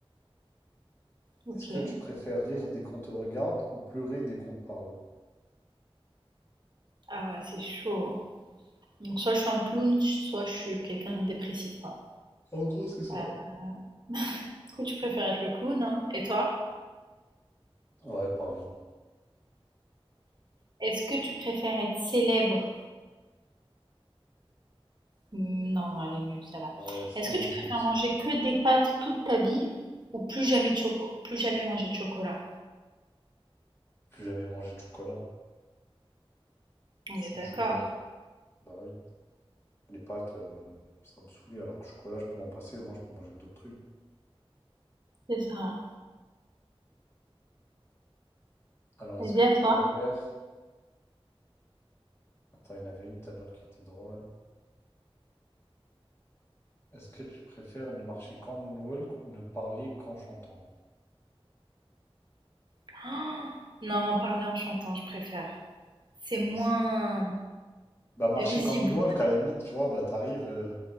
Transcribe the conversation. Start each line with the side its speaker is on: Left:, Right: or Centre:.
Right: Ok.
Left: Est-ce que tu préfères rire dès qu'on te regarde ou pleurer dès qu'on te parle?
Right: Ah ouais, c'est chaud. Donc soit je suis un clown, soit je suis quelqu'un de dépressif, quoi.
Left: En gros, c'est ça.
Right: Euh, <laughs> du coup, tu préfères être le clown, hein? Et toi?
Left: Ouais, pareil.
Right: Est-ce que tu préfères être célèbre? Hmm, Non, non, elle est nulle, celle-là.
Left: Ouais, c'est
Right: Est-ce
Left: trop
Right: que
Left: nul
Right: tu
Left: le truc
Right: préfères
Left: de Sony.
Right: manger que des pâtes toute ta vie ou plus jamais de cho- plus jamais manger de chocolat?
Left: Plus jamais manger de chocolat.
Right: On
Left: Fou
Right: est d'accord.
Left: le chocolat. Bah oui. Les pâtes, euh, ça me saoulait. Alors que chocolat, je peux m'en passer, au moins je peux manger d'autres trucs.
Right: C'est ça.
Left: Alors
Right: Vas-y,
Left: est-ce que
Right: à
Left: tu
Right: toi.
Left: préfères. Attends, il y en avait une tout à l'heure qui était drôle. Est-ce que tu préfères ne marcher qu'en moonwalk ou ne parler qu'en chantant?
Right: <gasps> Oh, non, parler en chantant, je préfère. C'est moins
Left: Bah bah, marcher
Right: visible.
Left: qu'en moonwalk, à la limite, tu vois, bah t'arrives, euh,